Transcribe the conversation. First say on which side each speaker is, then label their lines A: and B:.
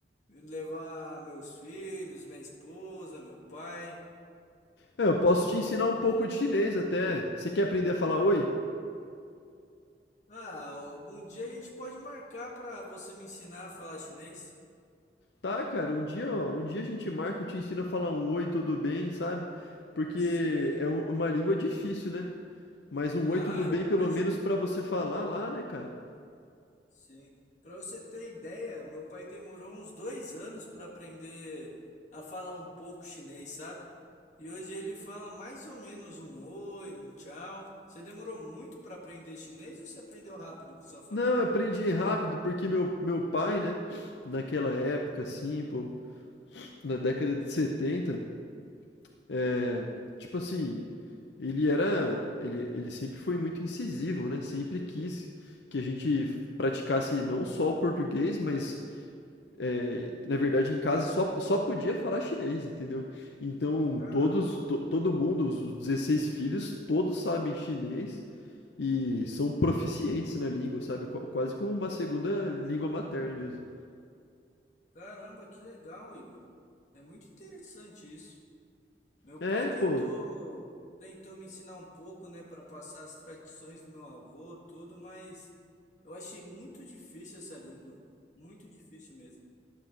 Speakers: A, on the left; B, on the left.
A: Levar meus filhos, minha esposa, meu pai.
B: É, eu posso te ensinar um pouco de chinês até. Você quer aprender a falar oi?
A: Ah, algum dia a gente pode marcar para você me ensinar a falar chinês?
B: Tá, cara, um dia, ó, um dia a gente marca, eu te ensino a falar um oi, tudo bem, sabe? Porque
A: Sim.
B: é um- uma língua difícil, né? Mas um
A: Ah,
B: oi, tudo bem,
A: eu imagino.
B: pelo menos pra você falar lá, né, cara?
A: Sim. Para você ter ideia, meu pai demorou uns dois anos para aprender a falar um pouco chinês, sabe? E hoje ele fala mais ou menos um oi, um tchau. Você demorou muito para aprender chinês ou você aprendeu rápido com sua família?
B: Não, eu aprendi rápido porque meu, meu pai, né, naquela época,
A: Hum,
B: assim, pô, na década de 70. É,
A: hum.
B: tipo assim, ele era, ele, ele sempre foi muito incisivo, né? Sempre quis que a gente praticasse não só o português, mas é, na verdade em casa só, só podia falar chinês, entendeu? Então
A: Caramba,
B: todos, to- todo mundo, os os 16 filhos, todos sabem chinês e são proficientes na língua, sabe? Qu- Quase como uma segunda língua materna mesmo.
A: caramba, que legal, Igor. É muito interessante isso. Meu
B: É,
A: pai tentou
B: pô.
A: tentou me ensinar um pouco, né, para passar as tradições do meu avô, tudo, mas eu achei muito difícil essa língua, muito difícil mesmo.